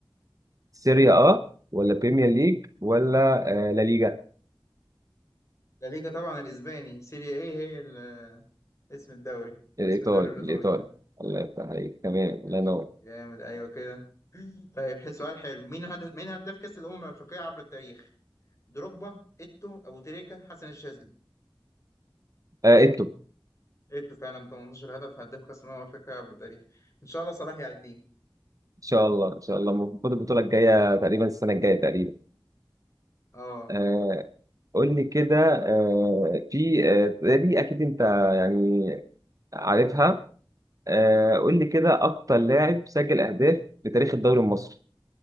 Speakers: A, on the right (about 40°); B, on the left (about 35°).
A: سيريا اه ولا بريمير ليج ولا آه، لا ليجا
B: لا ليجا طبعا الاسباني سيريا ايه هي ال- اسم الدوري
A: الايطالي
B: اسم الدوري الايطالي
A: الايطالي
B: يعني
A: الله يفتح عليك تمام
B: ماشي
A: الله ينور
B: جامد ايوه كده طيب حس- سؤال حلو مين هدف مين هداف كأس الامم الافريقية عبر التاريخ دروجبا ايتو ابو تريكة حسن الشاذلي
A: آه، اتو
B: ايتو فعلا ب 18 هدف هداف كأس الامم الافريقية عبر التاريخ ان شاء الله صلاح يعديه
A: ان شاء الله ان شاء الله المفروض البطوله الجايه تقريبا السنه الجايه تقريبا
B: اه
A: آه، قول لي كده آه، في آه، دي اكيد انت يعني عارفها آه، قول لي كده اكتر لاعب سجل اهداف في تاريخ الدوري المصري